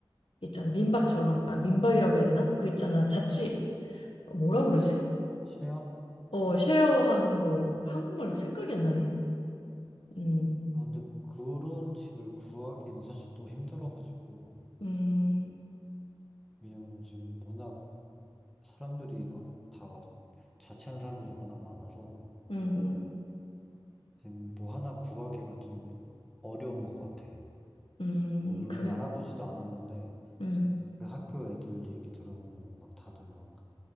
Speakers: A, on the left; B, in the centre.
A: 있잖아. 민박처럼. 아, 민박이라고 해야 되나? 그 있잖아. 자취, 뭐라 그러지?
B: 쉐어?
A: 어, 쉐어하는 거 한국말로 생각이 안 나네. 음,
B: 아, 근데 그런 집을 구하기는 사실 또 힘들어가지고.
A: 음,
B: 왜냐면 지금 워낙 사람들이 막 다 막 자취한 사람들이 워낙 많아서
A: 음, 음,
B: 지금 뭐 하나 구하기가 좀 어려운 것 같아.
A: 음,
B: 뭐 물론
A: 그래?
B: 알아보지도 않았는데
A: 음,
B: 그 학교 애들 얘기 들어보면 막 다들 막